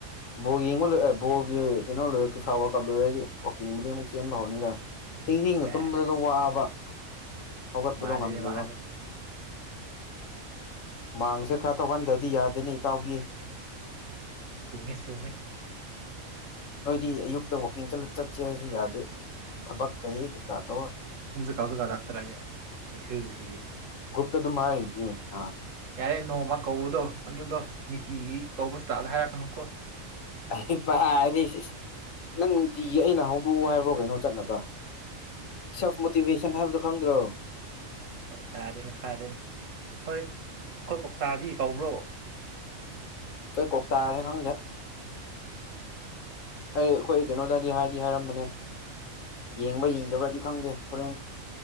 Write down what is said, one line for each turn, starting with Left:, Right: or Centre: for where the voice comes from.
Left: ꯕꯣ ꯌꯦꯡꯕ ꯂꯣꯏ ꯕꯣꯒꯤ ꯀꯩꯅꯣ ꯂꯣꯏꯔꯦ ꯐꯤꯐꯥ ꯋꯥꯛꯀꯞ ꯂꯣꯏꯔꯗꯤ ꯋꯥꯛꯀꯤꯡꯕꯨꯗꯤ ꯑꯃꯨꯛ ꯆꯦꯟꯕ ꯍꯧꯎꯅꯤꯗ ꯊꯦꯡꯊꯦꯡꯅ
Right: ꯁꯦꯁ
Left: ꯇꯨꯝꯕꯗꯨꯗ ꯋꯥꯕ ꯄꯒꯠꯄꯗ
Right: ꯃꯥꯜꯂꯦꯅꯦ
Left: ꯉꯥꯝꯗꯦꯗꯣ
Right: ꯃꯥꯜꯂꯦ
Left: ꯃꯥꯡꯁꯦ ꯈꯔ ꯇꯧꯍꯟꯗꯗꯤ ꯌꯥꯗꯦꯅꯤ ꯏꯇꯥꯎꯒꯤ
Right: ꯆꯨꯝꯃꯤ ꯆꯨꯝꯃꯤ
Left: ꯅꯣꯏꯗꯤ ꯑꯌꯨꯛꯇ ꯋꯥꯋꯀꯤꯡ ꯆꯠꯁꯦ ꯍꯥꯏꯁꯨ ꯌꯥꯗꯦ ꯊꯕꯛ ꯂꯩꯌꯦ ꯀꯩꯀꯥ ꯇꯧꯔ
Right: ꯀꯥꯎꯗ ꯀꯔꯥꯛꯛꯇꯔꯛꯑꯒꯦ ꯑꯩꯊꯣꯏ ꯁꯤꯗꯤ
Left: ꯒ꯭ꯔꯨꯨꯞꯇꯗꯨꯝ ꯍꯥꯢꯔꯤꯗꯨꯗꯤ
Right: ꯌꯥꯔꯦ ꯅꯣꯡꯃ ꯀꯧꯕꯗꯣ ꯑꯗꯨꯗꯣ ꯅꯤꯇꯤꯒꯤ ꯀꯧꯕꯁꯤꯇꯥꯗ ꯍꯥꯏꯔꯛꯀꯅꯨꯀꯣ
Left: <unintelligible> <unintelligible> ꯅꯪ ꯅꯨꯡꯇꯤꯒꯤ ꯑꯩꯅ ꯍꯧꯗꯣꯛꯑꯣ ꯍꯥꯏꯕ꯭ꯔꯣ ꯀꯩꯅꯣ ꯆꯠꯅꯥꯕ ꯁꯦꯜꯐ ꯃꯣꯇꯤꯚꯦꯁꯟ ꯍꯥꯏꯕꯗꯨꯣ ꯈꯪꯗ꯭ꯔꯣ
Right: ꯍꯣꯏ ꯐꯔꯦꯅꯦ ꯐꯔꯦꯅꯦ ꯍꯣꯏ ꯑꯩꯈꯣꯏ ꯀꯧꯇꯥꯗꯤ ꯀꯧꯕ꯭ꯔꯣ <unintelligible>
Left: ꯑꯩꯈꯣꯏ ꯀꯣꯛꯇꯥꯔꯦ ꯈꯪꯗꯦ ꯑꯩ ꯑꯩꯈꯣꯏ ꯀꯩꯅꯣꯗꯗꯤ ꯍꯥꯏꯗꯤ ꯍꯥꯏꯔꯝꯕꯅꯦ ꯌꯦꯡꯕ ꯌꯦꯡꯗꯥꯕ꯭ꯔꯗꯤ ꯈꯪꯗꯦ ꯍꯣꯔꯦꯟ